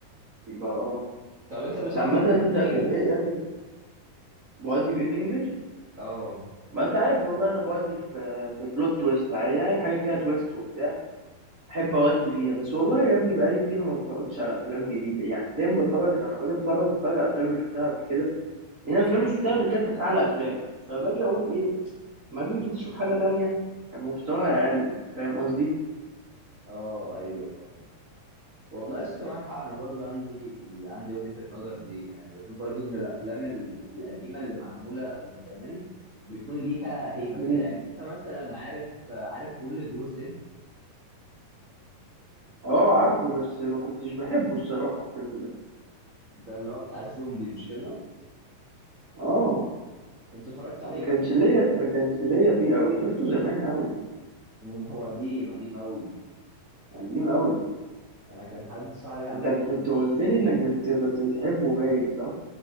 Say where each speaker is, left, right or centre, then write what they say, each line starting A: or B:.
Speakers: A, on the right (about 55°); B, on the right (about 35°).
A: يبقى اه
B: طب انت بتودي
A: بس عامه
B: في ايه في
A: انت
B: الانجليش
A: اخر ايه اخر بودي في ايه في انجلش
B: اه
A: ما انت عارف والله انا بودي في في بلوت تويست اي حاجه فيها تويست وبتاع احب اودي فيها بس والله يا ابني بقالي كتير ما بتفرجتش على افلام جديده يعني دايما بتفرج لما باجي اتفرج بتفرج على الافلام اللي شفتها قبل كده لان الافلام اللي شفتها قبل كده كانت اعلى افلام فباجي اقول ايه ما اجي جيت اشوف حاجه تانية هيبقى مستواها اقل فاهم قصدي
B: اه ايوه فاهم والله يا اسطى معاك حق انا برضو عندي عندي وجهة النظر دي يعني بشوف برضو ان الافلام ال- القديمة اللي معمولة من زمان بيكون ليها هيبة
A: مم.
B: كده يعني انت مثلا عارف عارف وورلد وور زد
A: اه عارفه بس ما كنتش بحبه الصراحه الفيلم ده
B: ده اللي هو بتاع الزومبي مش كده
A: اه
B: انت اتفرجت عليه
A: ما كانش
B: اصلا
A: ليا ما كانش ليا فيه قوي شفته زمان قوي
B: مم، هو قديم قديم قوي
A: قديم قوي
B: انا كان حد صاحبي عمل
A: انت كنت
B: لي ليه
A: قلت لي انك بت... كنت بتحبه باين صح